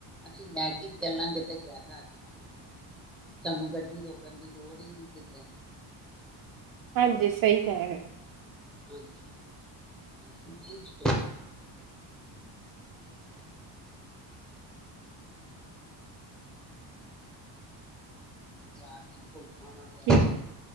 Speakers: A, in the centre; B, on the right.
A: ਅਸੀਂ ਲੈ ਕੇ। ਚੱਲਾਂਗੇ ਤੇ ਜ਼ਿਆਦਾ ਅੱਛਾ ਨਾ ਸਾਨੂੰ ਗੱਡੀ ਰੋਕਣ ਦੀ ਲੋੜ ਹੀ ਨੀ ਕਿਧਰ।
B: ਹਾਂਜੀ ਸਹੀ ਕਹਿ ਰਹੇ
A: ਹਾਂਜੀ <inaudible> ਚਾਰ ਦਿਨ। ਹਾਂ ਮੰਗਨੇ
B: ਠੀਕ
A: ਆਇਆ ਸੀ।